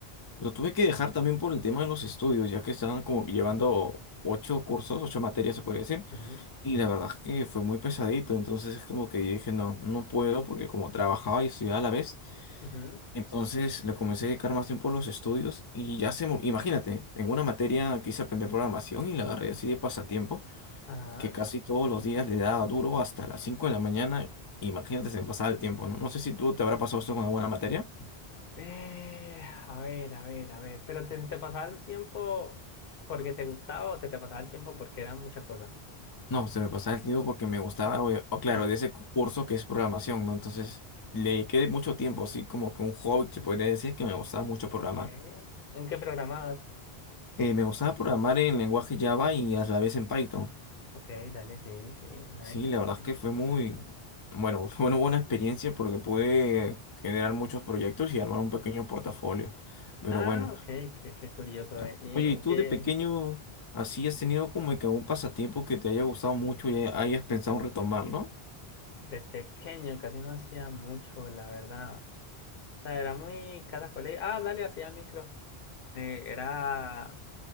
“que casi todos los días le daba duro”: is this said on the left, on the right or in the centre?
Left